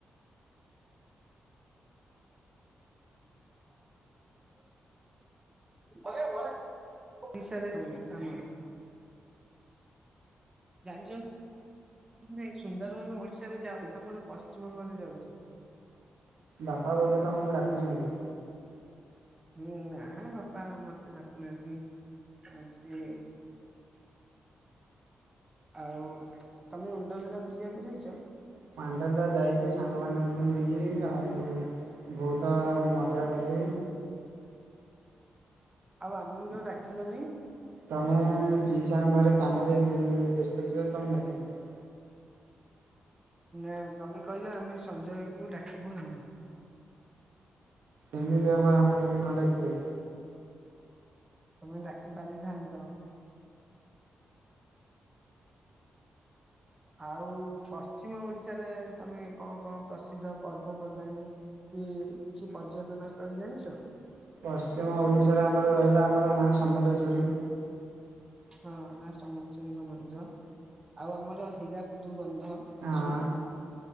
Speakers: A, on the right; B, on the right.
A: ଓଡିଶା ରେ ହୋଉନି। <unintelligible> ଜାଣିଛନ୍ ନାଇଁ ସୁନ୍ଦରବନ ଓଡିଶାରେ ଯାଉନି ଆମର ପଶ୍ଚିମବଙ୍ଗରେ ଯାଉଛି।
B: ବାପା ବୋଧେ ତମକୁ ଡାକୁଚନ୍ତି‌।
A: ହୁଁ ନାଁ ବାପା ମତେ ଡାକୁନାହାନ୍ତି। ଆଁ ସେ ଆଉ ତମେ ଉଣ୍ଡରେଲା ବୁଲିବାକୁ ଯାଇଚ?
B: ୱାଣ୍ଡରେଲା ଯାଇଛି ସାଙ୍ଗମାନଙ୍କୁ ନେଇକି ଆଉ ବୋହୁତ ମଜା ଗଲି
A: ଆଉ ଆମୁକୁ ତ ଡାକିଲ ନେଇ?
B: ତମେ ପିଇ ସାଙ୍ଗ ଘରେ କାମରେ ବ୍ୟସ୍ତ ଅଥିବ ବୋଲି ତମକୁ ଡାକିଲୁନି।
A: ନାଁ ତମେ କହିଲ ଆମେ ସଞ୍ଜୟ କୁ ଡାକିବୁ ନାହିଁ।
B: କେମିତି ହବ ତମୁକୁ ନ ଡାକିଲେ?
A: ତମେ ଡାକି ପାରିଥାନ୍ତ। ଆଉ ପଶ୍ଚିମ ଓଡିଶାରେ ତମେ କଁ କଁ ପ୍ରସିଦ୍ଧ ପର୍ବପର୍ବାଣୀ ହୁଁ କିଛି ପର୍ଯ୍ୟଟନ ସ୍ଥଳୀ ଜାଣିଚ?
B: ପଶ୍ଚିମ ଓଡ଼ିଶାରେ ଆମର ରହିଲା ଆମର ମା ସମଲେଶ୍ୱରୀ।
A: ହଁ ମା ସମଲେଶ୍ବରୀଙ୍କ ମନ୍ଦିର ଆଉ ଆମର ହୀରାକୁଦୁ ବନ୍ଧ ଅଛି।
B: ହଁ